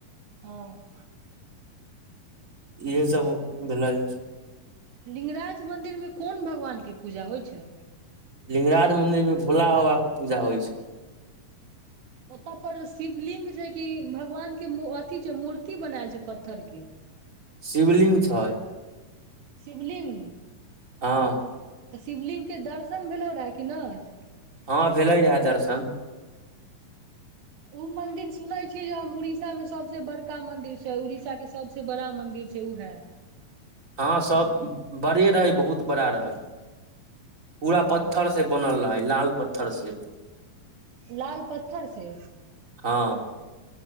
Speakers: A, on the right; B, on the right.
A: हँ।
B: यहे सभ भलाइ।
A: लिगराज मंन्दिरमे कोन भगवानके पूजा होइ छै?
B: लिगराज मंदिरमे भोला बाबाके पूजा होइ छै।
A: ओत पर शिवलिंग छै कि भगवानके अथी छै, मूर्ति बनायल छै पत्थरके।
B: शिवलिंग छै।
A: शिवलिंग।
B: हँ।
A: तऽ शिवलिंगके दर्शन भेलौ रहे कि नहि।
B: हँ, भेले रहए दर्शन।
A: ओ मंदिर सुनने छिये जे हम उड़ीसामे सभसे बड़का मंदिर छै उड़ीसाके सभ। सभसे बड़ा मन्दिर छै ओहै।
B: हँ, सभ बड़े रहै बहुत बड़ा रहै। पूरा पत्थर
A: ओ
B: सँ बनल रहै लाल पत्थरसे
A: लाल पत्थरसे
B: हँ।